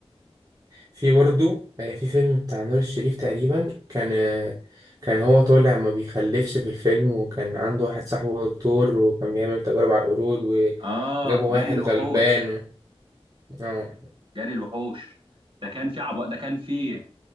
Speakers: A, on the right; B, on the right.
A: في برضو آه، في فيلم بتاع نور الشريف تقريبا كان آه، كان هو طالع ما بيخلفش في الفيلم وكان عنده واحد صاحبه دكتور وكان بيعمل تجارب على القرود وجابوا
B: اه
A: واحد
B: جري الوحوش
A: غلبان اه
B: جري الوحوش ده كان في عب... ده كان في